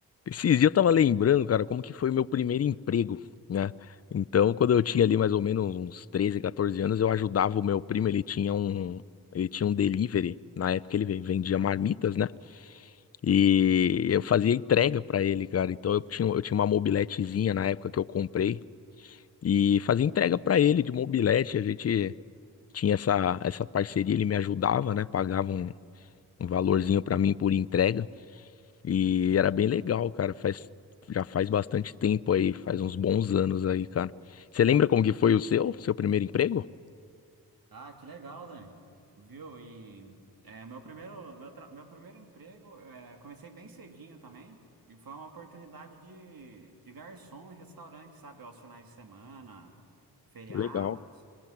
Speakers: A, on the left; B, on the right.
A: Esses dias eu tava lembrando, cara, como que foi o meu primeiro emprego, né? Então, quando eu tinha ali mais ou menos uns treze, 14 anos, eu ajudava o meu primo, ele tinha um, ele tinha um delivery, na época ele ve- vendia marmitas, né? E eu fazia entrega pra ele, cara. Então eu tinha, eu tinha uma mobiletezinha na época que eu comprei e fazia entrega pra ele de mobilete, a gente tinha essa essa parceria, ele me ajudava, né? Pagava um, um valorzinho pra mim por entrega. E era bem legal, cara. Faz, já faz bastante tempo aí, faz uns bons anos aí, cara. Você lembra como que foi o seu, seu primeiro emprego?
B: Ah, que legal, Dani. Viu? E é, meu primeiro, meu, tra- meu primeiro emprego, é, comecei bem cedinho também, e foi uma oportunidade de, de garçom em restaurante, sabe? Aos finais de semana, feriados.
A: Legal.